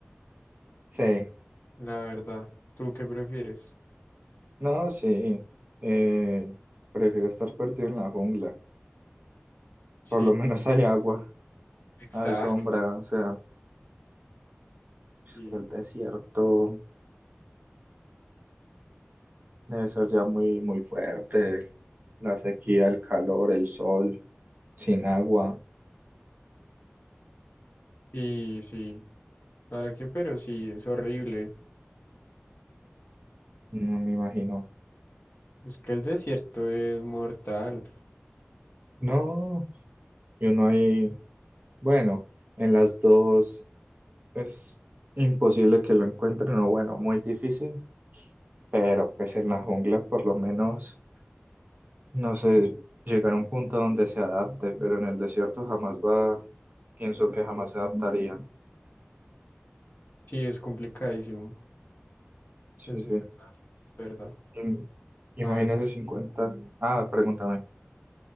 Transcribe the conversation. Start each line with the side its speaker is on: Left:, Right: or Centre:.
Right: sí,
Left: la verdad. ¿Tú qué prefieres?
Right: no, sí. Eh, prefiero estar perdido en la jungla.
Left: Sí,
Right: Por lo menos hay agua,
Left: exacto.
Right: hay sombra, o sea, es
Left: Sí,
Right: que el desierto debe ser ya muy, muy fuerte. La sequía, el calor, el sol, sin agua,
Left: sí. sí. ¿Para qué? Pero sí, es horrible.
Right: no me imagino.
Left: Es que el desierto es mortal.
Right: No, y uno ahí, bueno, en las dos es imposible que lo encuentren, o bueno, muy difícil, pero pues en la jungla por lo menos, no sé, llegar a un punto donde se adapte, pero en el desierto jamás va, pienso que jamás se adaptaría.
Left: Sí, es complicadísimo.
Right: Sí,
Left: Es
Right: sí.
Left: verdad, verdad.
Right: Im- Imagínese
Left: A ver, yo-
Right: cincuenta Ah, pregúntame,